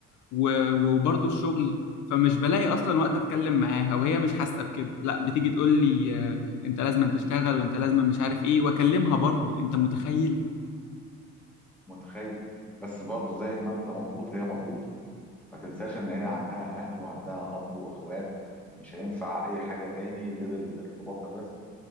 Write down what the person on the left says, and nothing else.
و- وبرضه الشغل فمش بلاقي أصلا وقت أتكلم معاها وهي مش حاسة بكده لا بتيجي تقول لي آه، أنت لازم تشتغل وأنت لازم مش عارف إيه وأكلمها برضه أنت متخيل